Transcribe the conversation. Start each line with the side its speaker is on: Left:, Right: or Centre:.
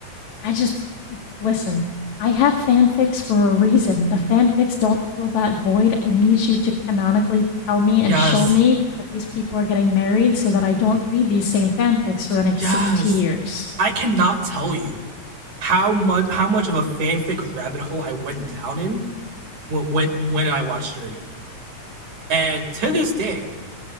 Left: I just uh, listen. I have fanfics for a reason. The fanfics don't fill that void. I need you to canonically tell me
Right: Yes.
Left: and show me that these people are getting married so that I don't read these same fanfics for the next
Right: Yes.
Left: 60 years.
Right: I cannot tell you how much how much of a fanfic rabbit hole I went down in when when, when I watched Your Name. And to this day,